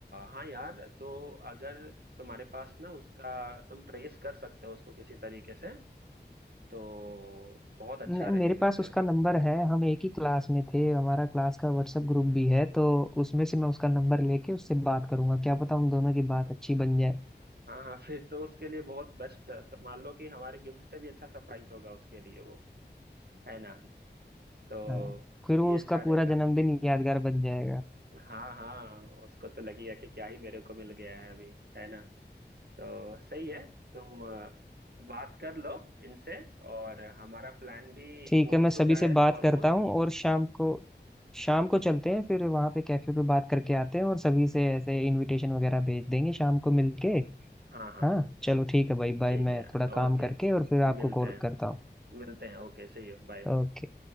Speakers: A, on the right (about 60°); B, in the centre.
A: हाँ यार तो अगर तुम्हारे पास ना उसका तुम ट्रेस कर सकते हो उसको किसी तरीके से तो बहुत अच्छा
B: न- मेरे
A: रहेगा
B: पास
A: फिर
B: उसका नंबर है हम एक ही क्लास में थे हमारा क्लास का व्हाट्सएप ग्रुप भी है तो उसमें से मैं उसका नंबर लेके उससे बात करूंगा क्या पता उन दोनों की बात अच्छी बन जाए
A: हाँ हाँ फिर तो उसके लिए बहुत बेस्ट मान लो कि हमारे गिफ्ट से भी अच्छा सरप्राइज होगा उसके लिए वो है ना तो
B: हाँ फिर वो
A: ये
B: उसका
A: अच्छा रहेगा
B: पूरा जन्मदिन यादगार बन जाएगा
A: हाँ हाँ उसको तो लगेगा कि क्या ही मेरे को मिल गया है अभी है ना तो सही है तुम अ, बात कर लो इनसे और हमारा प्लान भी
B: ठीक
A: हो
B: है
A: ही
B: मैं सभी
A: चुका
B: से
A: है
B: बात
A: ऑलमोस्ट
B: करता हूँ और शाम को शाम
A: हम्म
B: को चलते हैं फिर वहाँ पे कैफे पे बात करके आते हैं और सभी से ऐसे इनविटेशन वगैरह भेज देंगे शाम को मिलके
A: हाँ हाँ
B: हाँ चलो ठीक है भाई बाय
A: ठीक
B: मैं
A: है
B: थोड़ा
A: ओके
B: काम करके और फिर आपको
A: मिलते
B: कॉल
A: हैं
B: करता हूँ
A: मिलते हैं ओके सही हो बाय
B: ओके